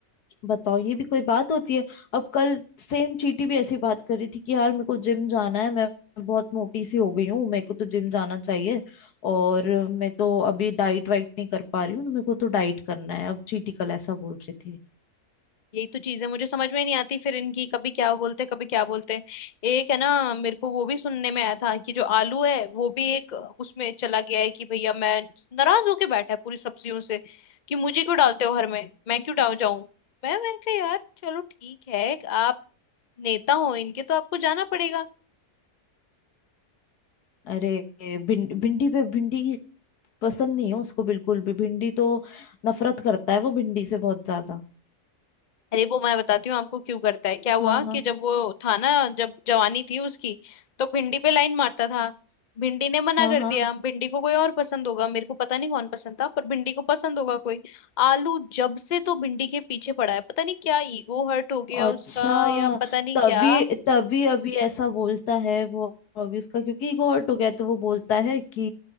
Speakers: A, on the left; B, on the left.
A: बताओ ये भी कोई बात होती है अब कल सेम चीटी भी ऐसी बात कर रही थी कि यार मेरे को जिम जाना है मैं बहुत मोटी सी हो गई हूँ मेरे को तो जिम जाना चाहिए और मैं तो अभी डाइट वाइट नहीं कर पा रही हूँ तो मेरे को तो डाइट करना है अब चीटी कल ऐसा बोल रही थी
B: यही तो चीजें मुझे समझ में नहीं आती फिर इनकी कभी क्या बोलते कभी क्या बोलते एक है ना मेरे को वो भी सुनने में आया था कि जो आलू है वो भी एक उसमें चला गया है कि भैया मैं नाराज होके बैठा है पूरी सब्जियों से कि मुझे क्यों डालते हो हर में मैं क्यों डाल जाऊं मैं मैंने कहा यार चलो ठीक है आप नेता हो इनके तो आपको जाना पड़ेगा
A: अरे भिं, भिंडी पे भिंडी पसंद नहीं है उसको बिल्कुल भी भिंडी तो नफरत करता है वो भिंडी से बहुत ज्यादा
B: अरे वो मैं बताती हूँ आपको क्यों करता है क्या हुआ
A: हाँ हाँ
B: कि जब वो था ना जब जवानी थी उसकी तो भिंडी पे लाइन मारता था भिंडी ने मना
A: हाँ
B: कर
A: हाँ
B: दिया भिंडी को कोई और पसंद होगा मेरे को पता नहीं कौन पसंद था पर भिंडी को पसंद होगा कोई आलू जब से तो भिंडी के पीछे पड़ा है पता नहीं क्या ईगो हर्ट हो गया
A: अच्छा
B: उसका या पता नहीं
A: तभी
B: क्या
A: तभी अभी ऐसा बोलता है वो अभी उसका क्योंकि ईगो हर्ट हो गया तो वो बोलता है कि